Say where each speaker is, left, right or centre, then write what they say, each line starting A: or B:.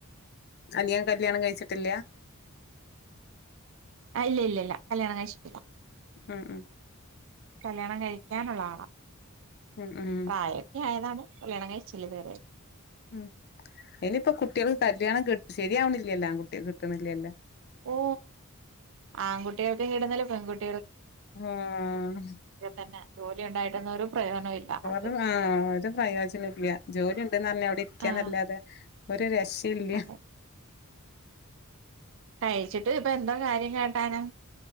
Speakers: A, on the left (about 50°); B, on the right (about 60°).
A: അനിയൻ കല്യാണം കഴിച്ചിട്ടില്ല.
B: ആ ഇല്ല ഇല്ല ഇല്ല കല്യാണം കഴിച്ചിട്ടില്ല.
A: ആഹ് ആഹ്
B: കല്യാണം കഴിക്കാനുള്ള ആളാ
A: ഉം ഉം
B: പ്രായൊക്കെ ആയതാണ് കല്യാണം കഴിച്ചില്ല ഇതുവരെ
A: ഉം ഇനിയിപ്പം കുട്ടികള്- കല്യാണം ക ശരിയാവന്നില്ലല്ലോ ആകുട്ടിയെ കിട്ടണില്ലല്ലോ
B: ഓ ആൺകുട്ടിയൊക്കെ ഇടുന്നല്ല പെൺകുട്ടി
A: ആഹ്
B: തന്നെ ജോലി ഉണ്ടായിട്ടൊന്നും ഒരു പ്രയോജനം ഇല്ല
A: ആഹ്
B: ആർക്കും
A: ഒരു ആഹ് പ്രയോജന ഇല്ല ജോലി ഉണ്ടന്ന് അറിഞ്ഞാ അവിടെ ഇരിക്കന്നല്ലാതെ-
B: ആഹ്
A: ഒരു രസ ഇല്ല
B: അതെ കഴിച്ചിട്ട് ഇപ്പ എന്തോ കാര്യം കേട്ടാനും